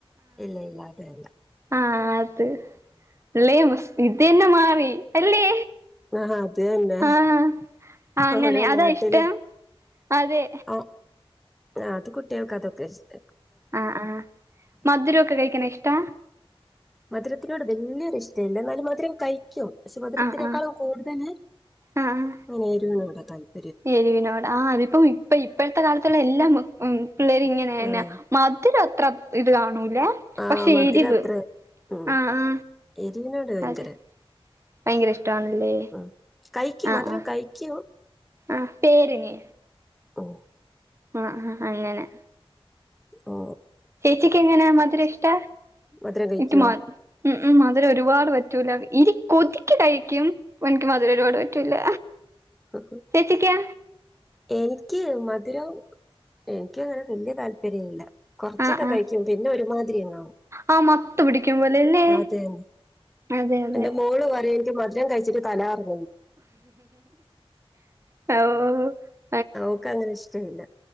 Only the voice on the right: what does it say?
ആഹ അത് അല്ലെ ഇത് തന്നെ മാറി അല്ലേ
ആഹ് ആഹ് അങ്ങനെ
അതാ
ഇഷ്ടം അതെ
ആ, ആ മധുരമൊക്കെ കഴിക്കണ ഇഷ്ടാ
ആഹ് ആഹ്
ആഹ് ആഹ്
എരിവിനോട് ആ അതിപ്പം ഇപ്പ ഇപ്പഴത്തെ കാലത്തുള്ള എല്ലാം മ് പിള്ളേരിങ്ങനെ തന്നെ
മധുരം <unintelligible> ഇത് കാണൂലേ
പക്ഷെ
എരിവ്
അ അ
അതെ ഭയങ്കര ഇഷ്ടാണല്ലേ,
അ
അ
ആ പേരിന്
ആ, അങ്ങനെ
ചേച്ചിക്ക് എങ്ങനാ മധുര ഇഷ്ട്ടാ,
എനിക്ക് മധുരം ഒരുപാട് പറ്റൂല, കൊതിക്ക് കഴിക്കും എനിക്ക് മധുര ഒരുപാട് പറ്റൂല്ല,
ചേച്ചിക്കോ
ആഹ് ആഹ്
ആഹ് മത്ത് പിടിക്കും പോലെല്ലേ
അതെ അതെ
ആ ആ